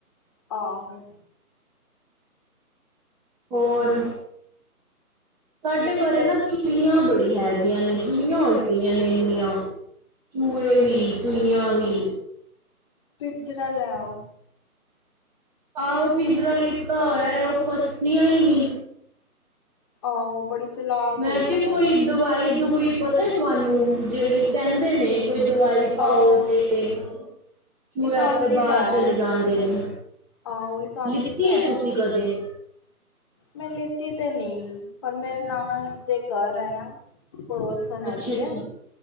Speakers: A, on the left (about 20°); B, in the centre.
A: ਆਹੋ।
B: ਹੋਰ ਸਾਡੇ ਘਰੇ
A: ਹੋਰ
B: ਨਾ ਚੁਈਆਂ ਬੜੀਆ। ਹੈਗੀਆਂ ਨੇ, ਚੂਈਆਂ ਹੋਈ ਪਈਆਂ ਨੇ ਇੰਨੀਆਂ, ਚੂਹੇ
A: ਤੁਸੀਂ
B: ਵੀ ਚੂਹੀਆਂ ਵੀ।
A: ਪਿੰਜਰਾ ਲੈ ਆਉ।
B: ਆਹੋ ਪਿੰਜਰਾ ਲਿੱਤਾ ਹੋਇਆ ਏ, ਉਹ ਫਸਦੀਆਂ ਈ ਨੀ।
A: ਆਹੋ ਬੜੀ ਚਲਾਕ
B: ਮੈਂ
A: ਹੋਈ
B: ਕਿਹਾ
A: ਪਈਆਂ
B: ਕੋਈ
A: ਨੇ
B: ਦਵਾਈ ਦੁਵਾਈ ਪਤਾ ਤੁਹਾਨੂੰ, ਜਿਹੜੀ ਕਹਿੰਦੇ ਨੇ ਕੋਈ ਦਵਾਈ ਪਾਓ
A: ਆਹੋ
B: ਤੇ ਚੂਹੇ
A: ਇੱਕ
B: ਆਪੇ
A: ਆਂਦੀ
B: ਬਾਹਰ
A: ਤਾਂ ਹੈ
B: ਚਲੇ ਜਾਂਦੇ ਨੇ,
A: ਆਹੋ ਇੱਕ ਆਂਦੀ
B: ਲਿਤੀਆ
A: ਤਾਂ
B: ਏਤੁਸੀਂ
A: ਹੈ।
B: ਕਦੇ?
A: ਮੈਂ ਲਿੱਤੀ ਤੇ ਨੀ, ਪਰ ਮੇਰੇ ਨਾਲ ਦੇ ਘਰ ਹੈ ਨਾ ਪੜੋਸੀ ਹੈਗੀ
B: ਅੱਛਾ ਅੱਛਾ
A: ਏ,